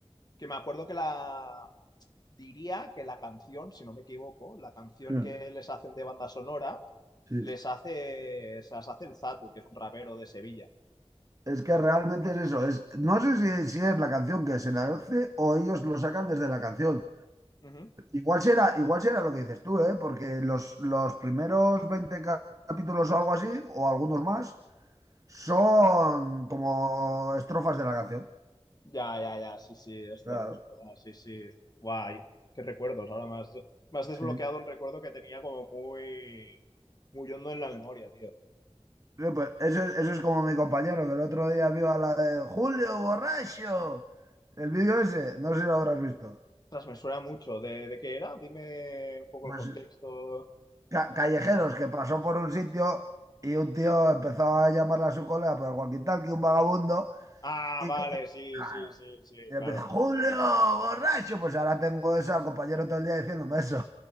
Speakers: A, on the left; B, on the right.
A: Que me acuerdo que la, diría que la canción, si no me equivoco, la canción
B: Mm.
A: que les hacen de banda sonora,
B: Sí.
A: les hace, se las hace el Zatu, que es un rapero de Sevilla.
B: es que realmente es eso. Es, no sé si, si es la canción que se la hace o ellos lo sacan desde la canción.
A: Ujú.
B: Igual será, igual será lo que dices tú, ¿eh? Porque los, los primeros 20 ca- capítulos o algo así, o algunos más, son como estrofas de la canción.
A: Ya, ya, ya, sí, sí, ostras,
B: Claro,
A: es verdad, sí, sí. Guay, qué recuerdos. Ahora más, más desbloqueado
B: sí.
A: un recuerdo que tenía como muy, muy hondo en la memoria, tío.
B: Sí, pues eso, es- eso es como mi compañero que el otro día vio a la de Julio Borracho. El vídeo ese, no sé si lo habrás visto.
A: Ostras, me suena mucho. ¿De, de qué era? Dime un poco
B: Pues,
A: el contexto.
B: ca- callejeros que pasó por un sitio y un tío empezó a llamarle a su colega por el walkie-talkie, un vagabundo,
A: Ah,
B: y
A: vale, sí,
B: claro,
A: sí, sí, sí,
B: y empezó,
A: claro.
B: Julio Borracho. Pues ahora tengo eso al compañero todo el día diciéndome eso.